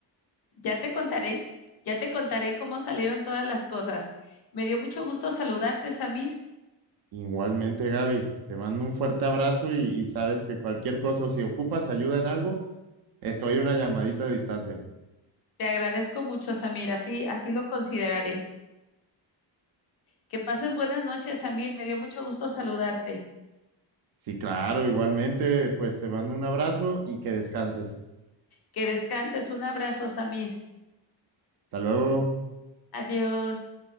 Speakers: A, on the left (about 55°); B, on the right (about 55°).
A: Ya te contaré, ya te contaré cómo salieron todas las cosas. Me dio mucho gusto saludarte, Samir.
B: Igualmente, Gaby, te mando un fuerte abrazo y, y sabes que cualquier cosa o si ocupas ayuda en algo, estoy a una llamadita de distancia.
A: Te agradezco mucho, Samir. Así, así lo consideraré. Que pases buenas noches, Samir. Me dio mucho gusto saludarte.
B: Sí, claro, igualmente, pues te mando un abrazo y que descanses.
A: Que descanses. Un abrazo, Samir.
B: Hasta luego.
A: Adiós.